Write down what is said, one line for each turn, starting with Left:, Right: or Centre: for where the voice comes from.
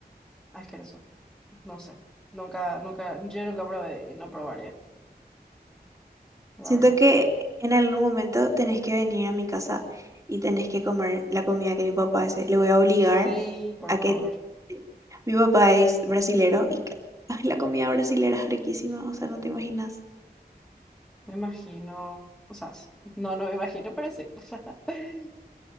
Centre: asqueroso. No sé. Nunca, nunca, yo nunca probé y no probaría, la
Right: Siento
Centre: verdad.
Right: que en algún momento tenés que venir a mi casa y tenés que comer la comida que mi papá hace. Le voy a obligar.
Centre: Sí, por
Right: a
Centre: favor.
Right: que Sí. Mi papá es brasilero y ca- <laughs> ay, la comida brasilera es riquísima, o sea, no te imaginas.
Centre: Me imagino, o sea, s- no, no me imagino, pero sí. <laughs>